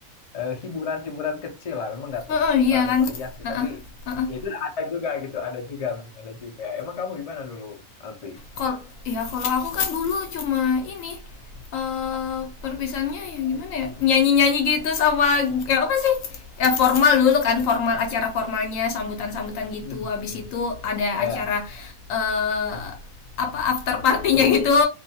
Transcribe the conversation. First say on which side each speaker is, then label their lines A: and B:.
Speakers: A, on the left; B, on the left.
A: eh, hiburan-hiburan kecil lah memang nggak terlalu
B: Heeh, uh, uh, uh, uh, iya kan?
A: meriah sih
B: Heeh,
A: tapi
B: uh, heeh. Uh, uh.
A: ya itu ada juga gitu ada juga memang ada juga emang kamu gimana dulu Alfi
B: kalau ya kalau aku kan dulu cuma ini eh perpisahannya ya gimana ya nyanyi nyanyi gitu sama ya apa sih ya formal dulu kan formal acara formalnya sambutan sambutan gitu
A: Hmm,
B: habis
A: hmm.
B: itu ada
A: ya
B: acara eh apa after partinya gitu